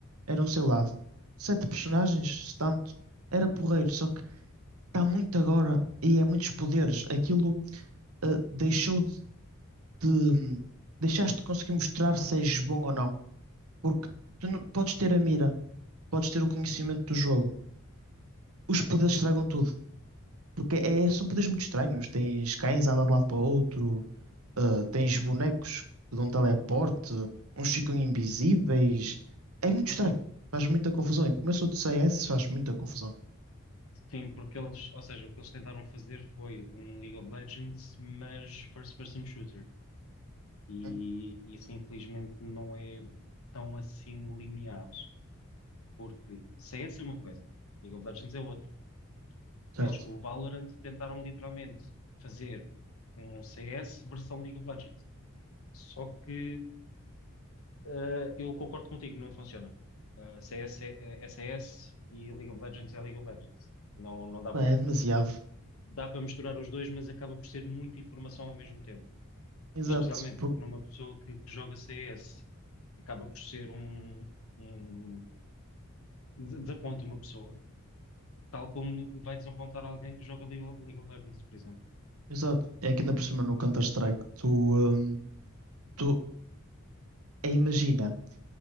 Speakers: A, on the right; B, on the left.
A: eram, sei lá, sete personagens, se tanto, era porreiro, só que está muito agora e é muitos poderes. Aquilo ah, deixou de. Deixaste de conseguir mostrar se és bom ou não, porque tu não, podes ter a mira, podes ter o conhecimento do jogo, os poderes estragam tudo. Porque é, são poderes muito estranhos. Tens cães a andar de um lado para o outro, ah, tens bonecos que dão teleporte, uns ficam invisíveis. É muito estranho. Faz muita confusão. E começou de CS, faz muita confusão.
B: Sim, porque eles, ou seja, o que eles tentaram fazer foi um League of Legends, mas first person shooter. E
A: Hum?
B: isso infelizmente não é tão assim linear. Porque CS é uma coisa, League of Legends é outra.
A: Certo.
B: Eles com o Valorant tentaram literalmente fazer um CS versão League of Legends. Só que eh, eu concordo contigo, não funciona. Eh, CS é, é CS e League of Legends é League of Legends. Não, não dá para
A: Não, É demasiado.
B: dá para misturar os dois, mas acaba por ser muita informação ao mesmo tempo.
A: Exato.
B: E especialmente
A: Por-
B: para uma pessoa que, que joga CS, acaba por ser um, um desaponta uma pessoa Tal como vai desapontar alguém que joga League of League of Legends, por exemplo.
A: Exato. É que ainda por cima no Counter-Strike, tu, hum, tu é, imagina.